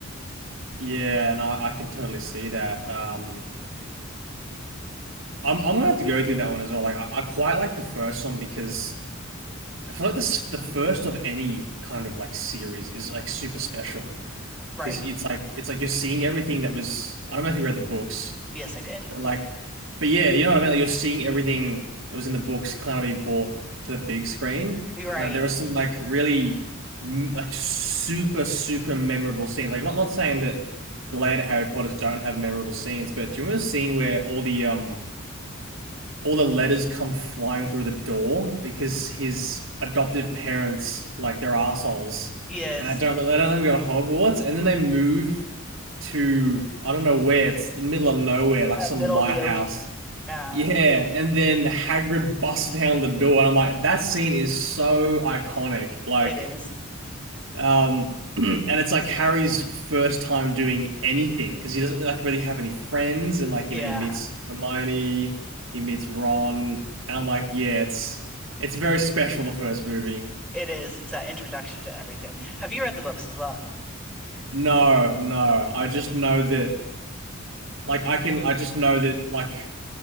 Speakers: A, on the right; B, in the centre.
A: Yeah, and I, I can totally see that. Um I'm I'm gonna have to go with you on that one as well. Like I, I quite like the first one because I feel like this the first of any kind of like series is like super special
B: right
A: because it's like it's like you're seeing everything that was I don't know if you read the books,
B: yes I did
A: but like but yeah, you know what I mean? Like you're seeing everything that was in the books kind of be brought to the big screen.
B: You're right
A: And like there are some like really mm, like super super memorable scenes. Like not not saying that the later Harry Potters don't have memorable scenes, but do you remember the scene where all the um all the letters come flying through the door because his adoptive parents like they're assholes,
B: yes
A: and I don't they don't let him go to Hogwarts, and then they move to I don't know where it's the middle of nowhere like
B: uh,
A: some
B: middle
A: lighthouse.
B: of the ocean yeah
A: Yeah, and then Hagrid busts down the door, and I'm like, that scene is so iconic. Like,
B: it is
A: um, <clears throat> and it's like Harry's first time doing anything because he doesn't really, like really have any friends, and like
B: yeah
A: you know he meets Hermione, he meets Ron, and I'm like, yeah, it's it's very special the first movie.
B: it is it's that introduction to everything have you read the books as well
A: No, no, I just know that like I can, I just know that like